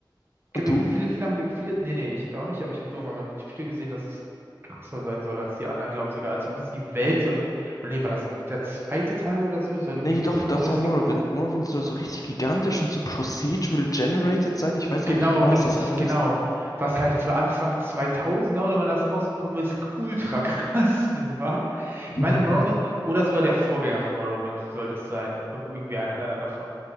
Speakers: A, on the right (about 30°); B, on the left (about 50°).
A: Gibt-
B: Und du?
A: gibt- Viele, viele haben, ge- viele, nee, nee, ich auch nicht, aber ich habe irgendwann mal ein Video gesehen, dass es krasser sein soll als die anderen, glaube ich sogar. Zumindest die Welt soll irgendwie, oder nee, war das der zweite Teil oder so, soll irgendwie
B: Nee, nee, doch,
A: mit die
B: das
A: größte
B: ist aber Morrowind. Morrowind soll so richtig gigantisch und so procedural generated sein. Ich weiß
A: Genau,
B: auch nicht genau,
A: richtig,
B: was das heißt.
A: genau.
B: <laughs>
A: Was halt für Anfang 2000 oder wann das rausgekommen ist, ultra <laughs> krass war. Ich
B: Mhm.
A: meine, Morrowind oder sogar der Vorgänger von Morrowind sollte es sein. Irg- Irgendwie einer, einer davon.